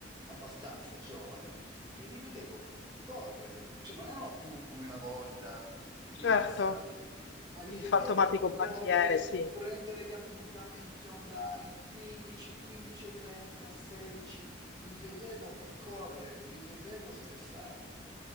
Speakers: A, on the right (about 20°); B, on the left (about 70°).
A: abbastanza giovani, e li vedevo correre, cioè non erano più come una volta rilassati,
B: certo.
A: ma li
B: Il
A: vedevo
B: fantomatico
A: correre,
B: banchiere, sì.
A: prendere gli appuntamenti online, 15, 15.30, 16, li vedevo correre, li vedevo stressati.